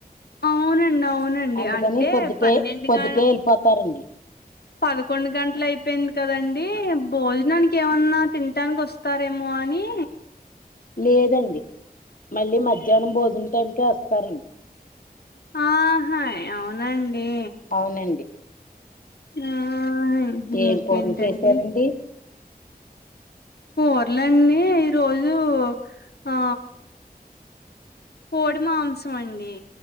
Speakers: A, on the left (about 85°); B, on the left (about 60°).
A: అవునండి అవునండి
B: అందుకని
A: అంటే
B: పొద్దుటే
A: పన్నెండు
B: పొద్దుటే
A: గ
B: ఎళ్ళిపోతారండి
A: పదకొండు గంటల అయిపోయింది కదండి భోజనానికి ఏమన్నా తినాటనికి వ స్తారేమో అని
B: లేదండి మళ్ళీ మధ్యాహ్నం భోజనం టైంకే వస్తారండి
A: ఆహాయ్ అవునాండి
B: అవునండి
A: ఆహాయ్ ఇంకేంటండి
B: ఏం కూరలు చేసారండి
A: కూరలండి ఈరోజు ఆ కోడి మాంసం అండి